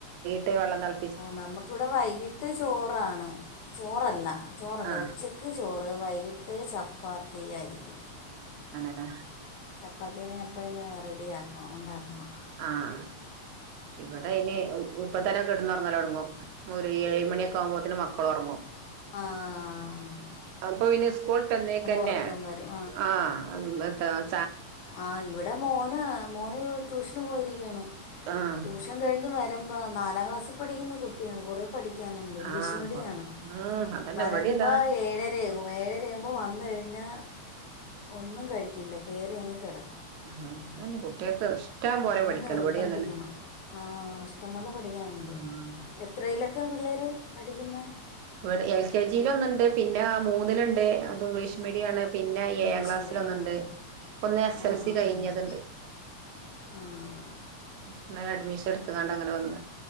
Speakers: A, on the right (about 80°); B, on the left (about 80°).
A: ട്ടെ വെള്ളം തെൾ
B: നമുക്കിവിടെ വൈകിട്ട് ചോറാണ് ചോറല്ല ചോറല്ല
A: ആ
B: ഉച്ചക്ക് ചോറ്, വൈകിട്ട് ചപ്പാത്തിയായിരിക്കും
A: അ ഹ്
B: ചപ്പാത്തിനെ അപ്പന് റെഡിയാക്കണം ഉണ്ടാക്കണം
A: ആഹ ഇവിടെയ്നി ഇപ്പത്തന്നെ കെട്ന്നൊർങ്ങലോട്ങ്ങും ഒരു ഏഴ് മണിയൊക്കെ ആവുമ്പോത്തന് മക്കളൊർങ്ങും
B: ആഹ
A: അപ്പൊ പിന്നെ സ്കോൾട്ടന്നേക്കന്നെ
B: ഉറക്കം വരും
A: ആ <unintelligible>
B: ആഹ് ഇവിടെ മോന മോന് ട്യൂഷന് പോയിരിക്കയാണ്
A: ആഹ്
B: ട്യൂഷൻ കഴിഞ്ഞ് വരുമ്പോൾ നാലാം ക്ലാസ്സിൽ പഠിക്കുന്ന കു <unintelligible> കുട്ടിയാണ് കൊറേ പഠിക്കാനുണ്ട് ഇംഗ്ലീഷ്
A: ആഹ്
B: മീഡിയാണ്
A: കൊറ ഉം അതന്നെ
B: വരമ്പോ
A: ഇവിടേം ഇതാ
B: ഏഴരയാകും ഏഴരയാകുമ്പോൾ വന്നു കഴിഞ്ഞാ ഒന്നും കഴിക്കില്ല കേറി അങ്ങ് കിടക്കും
A: ഉം അ <unintelligible> കുട്ടികൾക്ക് <unintelligible>
B: പിന്നെ
A: പഠിക്കണം
B: നിർബന്ധിക്കണം
A: ഇവിടേം അതന്നെ
B: ആ ഇഷ്ടം പോലെ പഠിക്കാനുണ്ട്
A: ഉം
B: എത്രയിലക്കെ പിള്ളേര് പഠിക്കുന്നെ
A: ഇവിടെ എൽ കെ ജിൽ ഒന്നുണ്ട് പിന്നെ മൂന്നിലുണ്ട് അത് ഇംഗ്ലീഷ് മീഡിയം ആണ് പിന്നെ
B: ഇംഗ്ലീഷ്
A: ഏഴാം ക്ലാസ്സിലൊന്നുണ്ട്
B: മീഡിയം ആ
A: ഒന്ന് എസ്
B: ആ
A: എസ് എൽ സി
B: ആ
A: കഴിഞ്ഞത്ണ്ട്
B: ആ ആഹ്
A: ഇന്നലെ അഡ്മിഷൻ എടുത്ത കണ്ട് അങ്ങനെ വന്ന്